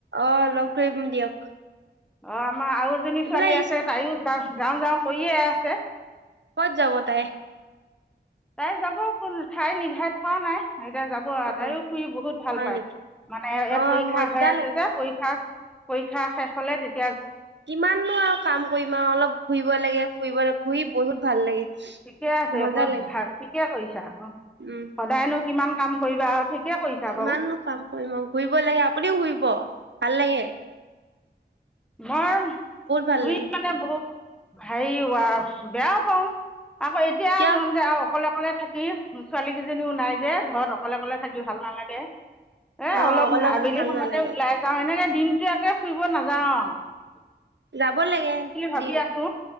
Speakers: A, on the right; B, in the centre.
A: অ' লগ ধৰিম দিয়ক।
B: অ' <unintelligible> আমাৰ আৰু এজনী
A: এইফালে
B: ছোৱালী আছে তাইও <unintelligible> যাও-যাও কৰিয়ে আছে।
A: ক'ত যাব তাই?
B: তাই যাব কোনো ঠাই নিৰ্ধাৰণ কৰা নাই। এতিয়া যাব আৰু
A: অ
B: তাইও ফুৰি বহুত ভাল
A: হয়
B: পায়।
A: নেকি
B: মানে এ
A: অ
B: পৰীক্ষা
A: মজা
B: হৈ আছে
A: লাগে
B: যে পৰীক্ষা পৰীক্ষা শেষ হ'লে তেত
A: কিমাননো আৰু কাম কৰিম আৰু অলপ ঘূৰিব লাগে। ফুৰিব <unintelligible> ভাল লাগে
B: ঠিকে আছে‌
A: মজা
B: আক'।
A: লাগে
B: ভাল ঠিকে কৈছ <unintelligible> অ'
A: উম
B: সদায়নো কিমান কাম কৰিবা আৰু ঠিকে কৰিছা
A: কিমাননো
B: বাৰু
A: কাম কৰিম আৰু ঘূৰিব লাগে, আপুনিও ঘূৰিব। পালেগে
B: মই
A: ভাল
B: ঘূৰি
A: লাগে
B: মানে বহু হেৰি উৱা বেয়া পাওঁ আকৌ এতিয়া
A: কিয়
B: মন যায় আও অকলে-অকলে থাকি ছোৱালী কেইজনীও নাই যে, ঘৰত অকলে-অকলে থাকি ভাল নালাগে। এ
A: অ
B: অলপ
A: অকলে অকলে
B: আবেলি
A: ভাল
B: সময়তে
A: নালাগে
B: ওলাই যাও এনেকে দিনটো একে ফুৰিব নাযাওঁ আৰু <unintelligible>
A: যাব লাগে।
B: ভাবি
A: দিন,
B: আছো